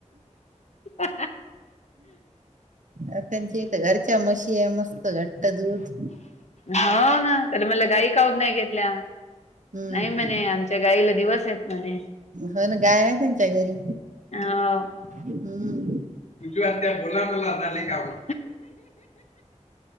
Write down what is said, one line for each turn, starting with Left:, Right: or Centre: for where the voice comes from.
Left: हा हा हा
Right: अ त्यांची त घरच्या म्हशी आहे मस्त घट्ट दूध
Left: हो ना त्याला म्हणलं गाय काऊत नाही घेतल्या.
Right: हम्म
Left: नाही म्हणे आमच्या गाईला दिवस आहेत म्हणे.
Right: हो ना गाय आहे त्यांच्या घरी.
Left: आवं
Right: हम्म.
Left: तुज्यू आत्या बोला मला झाले कामं.